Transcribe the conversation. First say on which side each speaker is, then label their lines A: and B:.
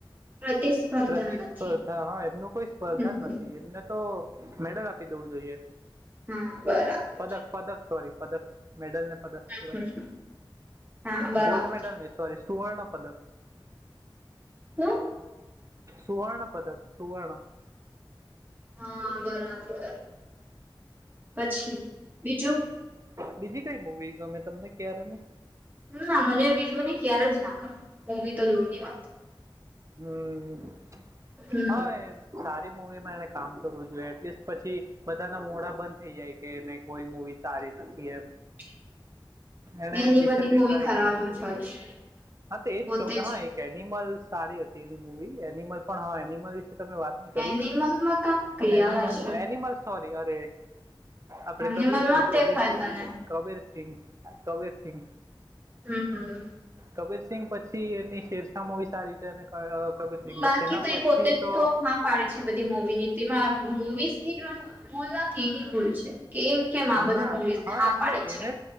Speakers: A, on the right (about 20°); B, on the right (about 35°).
A: પ્રતિસ્પર્ધા
B: પ્રતિસ્પર્ધા
A: નથી.
B: હા એમનું કોઈ સ્પર્ધા
A: હમ
B: જ નથી એમને તો મેડલ આપી દવું જોઈએ.
A: હા બરાબર
B: પદક પદક સોરી પદક મેડલ ને પક
A: હમ હા બરાબર
B: ગોલ્ડ મેડલ નને સોરી સુવર્ણ પદક.
A: હ્?
B: સુવર્ણ પદક સુવર્ણ.
A: હા બરાબર પછી બીજું.
B: બીજી કઈ મુવી ગમે તમને ક્યારે નહી?
A: હમ ના મને બીજ મને ક્યારે જ ના કરે બી તો દૂર ની વાત.
B: હમ
A: હમ
B: હા એ સારી મૂવીમાં એને કામ કરવું જોઈએ એટલીસ્ટ પછી બધાના મોડા બંધ થઈ જાય. કે એને કોઈ મુવી સારી નથી એમ.
A: <inaudible>
B: એને
A: એની
B: બેિચારી
A: બધી મૂવી
B: ટ્રાય
A: ખરાબ
B: કરવું
A: જ
B: જોઈએ
A: હોય છે
B: હા તો એજ
A: પોતે જ
B: હા. એનિમલ સારી હતી એની મૂવી એનિમલ પણ હવે એનિમલ વિશે તમે વાત કરી
A: એનિમલમાં ક ક્રિયા
B: એનિમલ
A: છે
B: એનિમલ સોરી અરે આપડે
A: એનિમલમાં
B: કબીરસિંહ
A: જ
B: કબીરસિંહ
A: દેખાય તને
B: કબીરસિંહ કબીરસિંહ.
A: હમ હમ.
B: કબીરસિંહ પછી એની શેરશાહમૂવી સારી છે અને કબિર શીંગ
A: બાકી
B: બસ એના
A: તો
B: પછી
A: એ પોતે જ
B: તો
A: હા પાડે છે બધી મવીની તેમાં મુવીઝ ની પણ ભૂલ નથી એની ભૂલ છે. કેવી કેમ આ બધા
B: ના
A: મુવીઝને હા
B: એટલે
A: પાડીે
B: એને
A: છે.